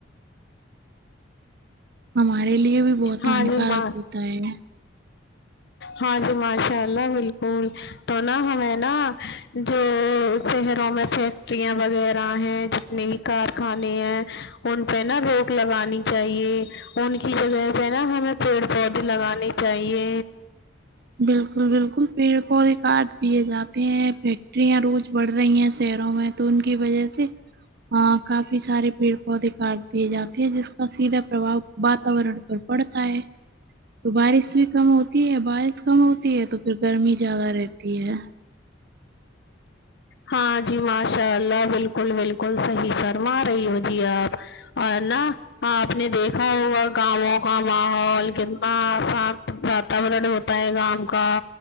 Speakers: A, on the right; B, on the left.
A: ہمارے لیے بھی بہت
B: ہاں
A: ہنیکارک
B: جی ماں
A: ہوتا ہے
B: ہاں جی ماشاء اللہ بالکل تو نہ ہمیں نہ جو شہروں میں فیکٹریاں وغیرہ ہیں نہیں کارخانے ہیں ان پہ نہ روک لگانی چاہیے ان کی جگہ پہ نہ ہمیں پیڑ پودے لگانے چاہیے
A: بالکل بالکل پیڑ کو ہی کٹ دپے جاتے ہیں فیکٹریاں روز بڑھ رہی ہیں شہروں میں تو ان کی وجہ سے ہاں کافی سارے پیڑ پودے کاٹ دیے جاتے ہیں جس کا سیدھا پرباؤ واتورن پر پڑتا ہے تو بارش بھی کم ہوتی ہے بارش کم ہوتی ہے تو پھر گرمی زیادہ رہتی ہے
B: ہاں جی ماشاء اللہ بالکل بالکل صحیح فرما رہی ہو جی آپ اور نہ آپ نے دیکھا ہوگا گاؤں کا ماحول وہاں صاف واتاورن ہو ہےگام کا